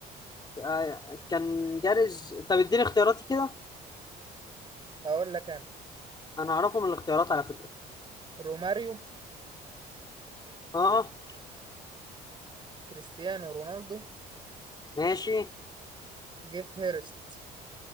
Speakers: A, on the left; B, on the right.
A: آه، كان جارز طب اديني اختياراتي كده
B: هقول لك أنا
A: انا اعرفه من الاختيارات على فكرة
B: روماريو
A: اه
B: كريستيانو رونالدو
A: ماشي
B: جيف هيرست